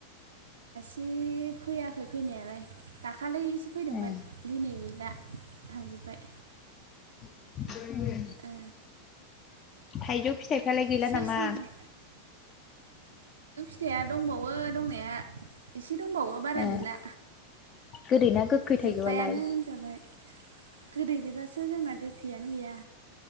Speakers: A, on the right; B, on the left.
A: इब फैयाखै फैनायालाय दाख खालैसो फैदोंमोन
B: ए
A: दिनै गैला थांजोब्बाय।
B: <unintelligible>
A: ए
B: थाइजौ फिथाइफ्रालाय गैला
A: सोर
B: नामा?
A: सोर फिथाइआ दंबावो दंनाया एसे दंबावो बारा
B: ए
A: गैला।
B: गोदै ना गोखै
A: जोब्बायानो
B: थाइजौआलाय
A: होन जाबाय। गोदै गोजासो जोंना गोखैयानो गैया।